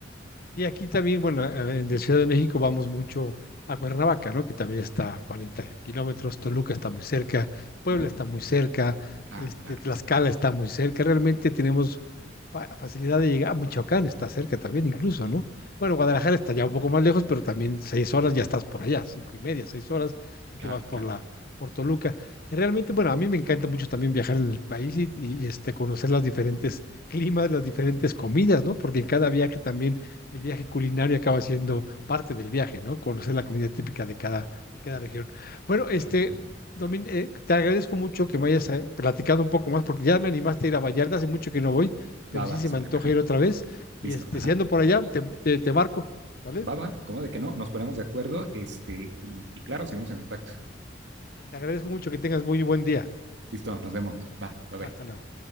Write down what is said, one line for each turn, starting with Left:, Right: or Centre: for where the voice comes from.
Left: Y aquí también, bueno, eh, de Ciudad de México vamos mucho a Cuernavaca, ¿no? Que también está a 40 kilómetros, Toluca está muy cerca, Puebla
Right: Uh -huh.
Left: está muy cerca,
Right: Claro,
Left: este,
Right: claro,
Left: Tlaxcala está muy cerca, realmente tenemos fa- facilidad de llegar, Michoacán está cerca también incluso, ¿no? Bueno, Guadalajara está ya un poco más lejos, pero también seis horas ya estás por allá, cinco y media, seis horas, si te
Right: claro,
Left: vas por
Right: claro,
Left: la, por Toluca. Y realmente, bueno, a mí me encanta mucho también viajar en el país y, y, este, conocer las diferentes climas, las diferentes comidas, ¿no? Porque en cada viaje también el viaje culinario acaba siendo parte del viaje, ¿no? Conocer la comida típica de cada, de cada región. Bueno, este,
Right: claro. Uh -huh.
Left: Domin, eh, te agradezco mucho que me hayas eh, platicado un poco más, porque ya me animaste a ir a Vallarta, hace mucho que no voy, pero
Right: Va,
Left: sí
Right: va,
Left: se
Right: súper,
Left: me antoja
Right: ajá,
Left: ir otra vez. Y
Right: listo,
Left: este,
Right: ajá.
Left: si ando por allá, te, te, te marco, ¿vale?
Right: Va, va, ¿cómo de que no? Nos ponemos de acuerdo, este, y, y claro, seguimos en contacto.
Left: Te agradezco mucho que tengas muy buen día.
Right: Listo, nos vemos. Va, bye bye.
Left: Hasta luego.